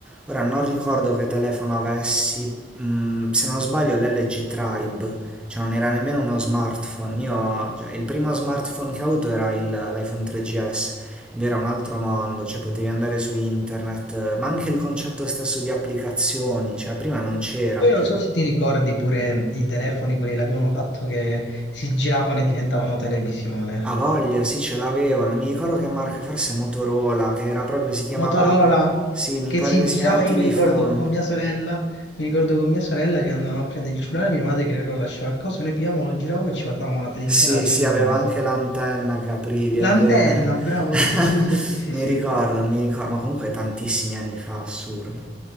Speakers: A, in the centre; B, on the left.
A: ora non ricordo che telefono avessi, mm, se non sbaglio l'LG Tribe, cioè non era nemmeno uno smartphone. Io, cioè, il primo smartphone che ho avuto era il- l'iPhone 3GS. Ed era un altro mondo, cioè potevi andare su internet, eh, ma anche il concetto stesso di applicazioni, cioè prima non c'era.
B: Poi non so se ti ricordi pure i telefoni, quelli là che avevano fatto che si giravano e diventavano televisione.
A: Ha voglia, sì, ce l'avevo, non mi ricordo che marca, forse Motorola, che era proprio, si chiamava,
B: Motorola,
A: sì, mi
B: che
A: pare
B: si
A: che si
B: girava,
A: chiamava
B: io
A: TV
B: mi ricordo
A: Phone.
B: con mia sorella, mi ricordo con mia sorella che andavamo a prendere il cellulare, mia madre che lo lasciava il coso, noi pigliavamo, lo giravamo e ci guardavamo la televisione
A: Sì,
B: al cellulare.
A: sì, aveva anche l'antenna che aprivi,
B: L'antenna,
A: è vero.
B: bravo,
A: <laughs>
B: sì, sì, sì, sì, sì,
A: Mi
B: sì.
A: ricordo, mi ricordo, ma comunque tantissimi anni fa, assurdo.